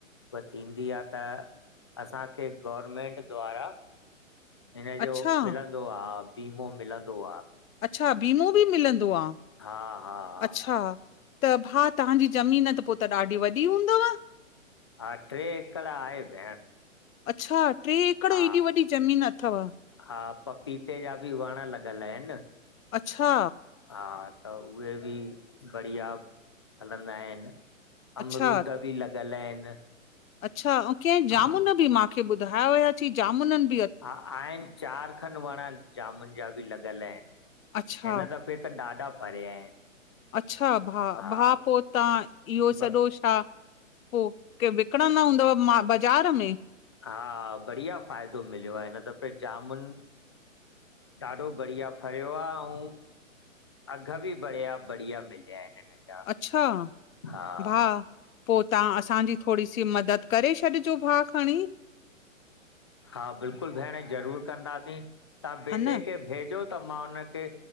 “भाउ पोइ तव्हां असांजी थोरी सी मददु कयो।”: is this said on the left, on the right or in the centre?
Left